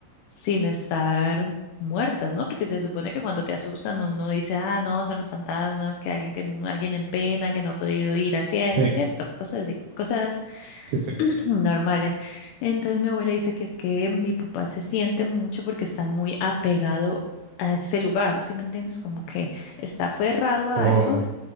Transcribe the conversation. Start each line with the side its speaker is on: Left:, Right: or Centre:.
Left: sin estar muertas, ¿no? Porque se supone que cuando te asustan uno dice, ah, no, son los fantasmas, que alguien, que no- alguien en pena, que no ha podido ir al cielo,
Right: Sí,
Left: ¿cierto? Cosas así, cosas
Right: sí, sí.
Left: <clears throat> normales. Entonces mi abuela dice que es que mi papá se siente mucho porque está muy apegado a ese lugar, ¿sí me entiendes? Como que está aferrado a
Right: Oh,
Left: algo.